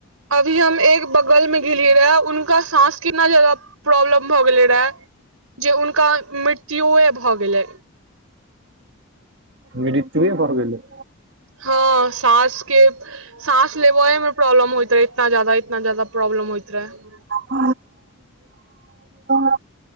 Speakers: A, on the right (about 75°); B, on the right (about 50°).
A: अभी हम एक बगल मे गेलियए रहए उनका सााँस कितना जादा प्रॉब्लम भऽ गेलै रहे जे हुनका मृत्युए भऽ गेलै
B: मृत्युए भऽ गेलै
A: हँ सास के सााँस लेबेय मे प्रॉब्लम होइत रहे इतना ज्यदा इतना ज जादा प्रॉब्लम होयइत रहे
B: ह ह <unintelligible>